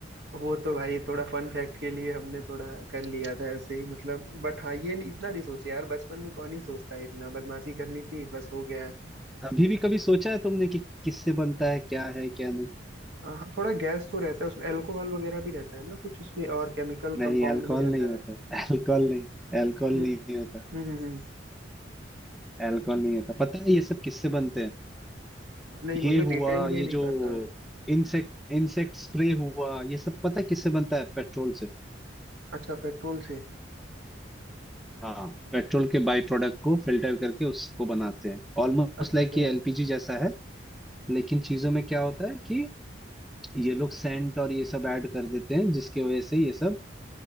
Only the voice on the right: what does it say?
वो तो भाई थोड़ा फन फैक्ट के लिए हमने थोड़ा कर लिया था ऐसे ही मतलब बट हाँ ये नहीं- इतना नहीं सोचे यार बचपन में कौन ही सोचता है इतना बदमाशी करनी थी बस हो गया
हाँ, थोड़ा गैस तो रहता है उसमें अल्कोहल वगैरह भी रहता है ना कुछ उसमें और केमिकल
कंपाउंड
भी रहता
है
हम्म
हम्म हम्म हम्म।
नहीं मुझे
डिटेल में
नहीं
पता
अच्छा पेट्रोल से
अच्छा